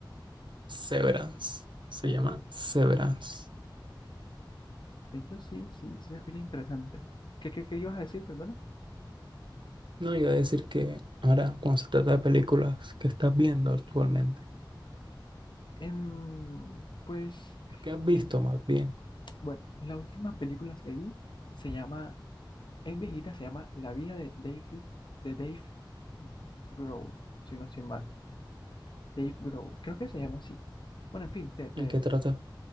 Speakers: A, on the right (about 75°); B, on the left (about 70°).
A: Severance. Se
B: Severance.
A: llama Severance.
B: De hecho, sí, sí, sí se escucha interesante. ¿Qué, qué, qué ibas a decir, perdona?
A: No iba a decir que ahora, cuando se trata de películas que estás viendo actualmente,
B: Em, pues,
A: que has visto
B: em,
A: más bien,
B: bueno, la última película que vi se llama, es viejita, se llama La vida de David, de Dave Grohl, si no estoy mal. Dave Grohl, creo que se llama así. Bueno, en fin, te, te
A: y que trata